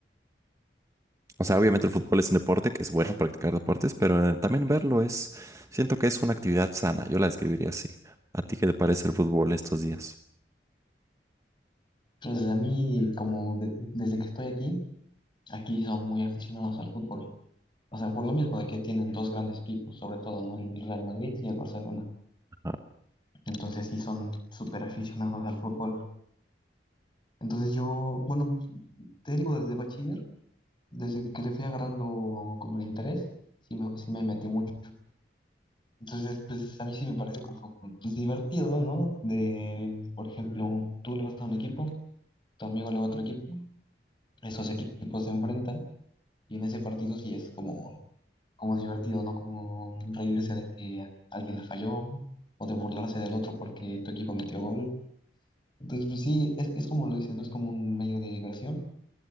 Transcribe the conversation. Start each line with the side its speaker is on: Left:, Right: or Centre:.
Right: O sea, obviamente el fútbol es un deporte, que es bueno practicar deportes, pero eh, también verlo es, siento que es una actividad sana, yo la describiría así. ¿A ti qué te parece el fútbol estos días?
Left: Pues a mí, como de- desde que estoy aquí, aquí son muy aficionados al fútbol. O sea, por lo mismo de que tienen dos grandes equipos, sobre todo, ¿no? El Real Madrid y el Barcelona.
Right: Ajá.
Left: Entonces sí son súper aficionados al fútbol. Entonces yo, bueno, te digo, desde bachiller, desde que le fui agarrando como el interés, sí me, sí me metí mucho. Entonces, pues a mí sí me parece como pues, divertido, ¿no? De, por ejemplo, tú le vas a un equipo, tu amigo le va a otro equipo, esos equipos se enfrentan y en ese partido sí es como, como divertido, ¿no? Como reírse de que alguien la falló o de burlarse del otro porque tu equipo metió gol. Entonces, pues sí, es, es como lo dicen, ¿no? Es como un medio de diversión